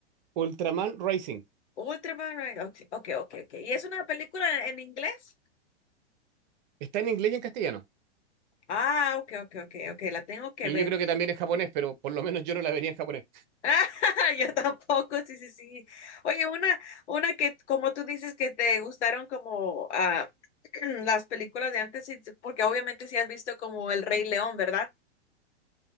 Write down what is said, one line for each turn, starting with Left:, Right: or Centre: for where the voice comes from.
Right: Ultraman Rising.
Left: Ultraman, right? Ok, ok, ok. ok. ¿Y es una película en inglés?
Right: Está en inglés y en castellano.
Left: Ah, ok, ok, ok, ok. La tengo que
Right: Y
Left: ver.
Right: yo creo que también en japonés, pero por lo menos yo no la vería en japonés.
Left: Ah, <laughs> yo tampoco, sí, sí, sí. Oye, una, una que, como tú dices, que te gustaron como ah, <clears throat> las películas de antes, y- porque obviamente sí has visto como El Rey León, ¿verdad?